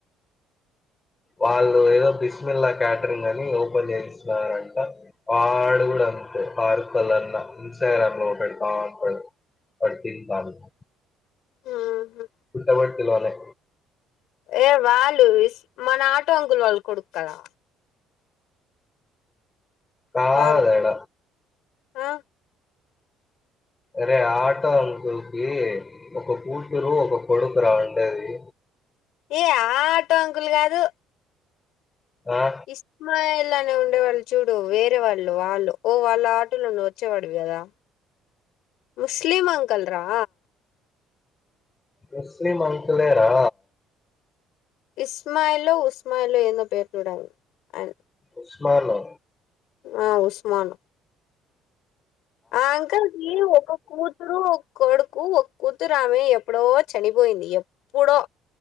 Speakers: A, on the left; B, on the left.
A: వాళ్ళు ఏదో బిస్మిల్లా క్యాటరింగ్ అని ఓపెన్ చేసినారంట వాడు కూడా అంతే ఫారూఖ్ వాళ్ళ అన్న ఇన్స్టాగ్రామలో పెడతా ఉంటాడు <unintelligible>
B: ఆహా
A: పుట్టపర్తి లోనే
B: ఏ వాళ్ళు ఇష్ మన ఆటో అంకుల్ వాళ్ళ కొడుకు కదా
A: కాదడ
B: ఫారూఖ్ ఆ
A: అరే ఆటో అంకుల్కి ఒక కూతురు ఒక కొడుకు రా ఉండేది
B: ఏ ఆ ఆటో అంకుల్ కాదు
A: ఆ
B: ఇస్మాయిల్ అనే ఉండే వాళ్ళు చూడు వేరే వాళ్ళు వాళ్ళు ఓ వాళ్ళ ఆటోలో నువ్వు వచ్చేవాడివి కదా ముస్లిమ్ అంకుల్ రా
A: ముస్లిం అంకులేరా
B: ఇస్మయిల్ ఉస్మాయిలో ఏందో పేరు చూడు అ
A: ఉస్మానా
B: ఆ ఉస్మాన్ ఆ అంకుల్ కి ఒక కూతు ఆ ఒక కొడుకు ఒక కూతురు ఆమె ఎప్పుడో చనిపోయింది ఎప్పుడో